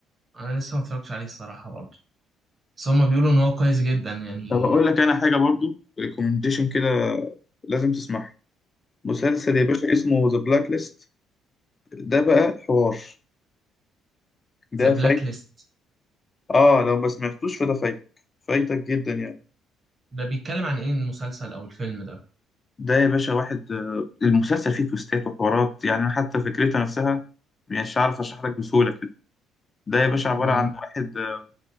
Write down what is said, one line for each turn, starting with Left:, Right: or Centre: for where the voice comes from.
Right: أنا لسه ما اتفرجتش عليه الصراحة برضه بس هما بيقولوا إن هو كويس جدا يعني
Left: طب اقول لك انا حاجه برضو ريكومنديشن كده لازم تسمعها مسلسل يا باشا اسمه ذا بلاك ليست ده بقى حوار ده
Right: ذا بلاك
Left: فايت
Right: ليست
Left: اه لو ما سمعتوش فده فايتك فايتك جدا يعني
Right: ده بيتكلم عن إيه المسلسل أو الفيلم ده؟
Left: ده يا باشا واحد آه، المسلسل فيه تويستات وحوارات يعني أنا حتى فكرتها نفسها مش عارف اشرح لك بسهوله كده ده يا باشا عباره
Right: مم.
Left: عن واحد آه،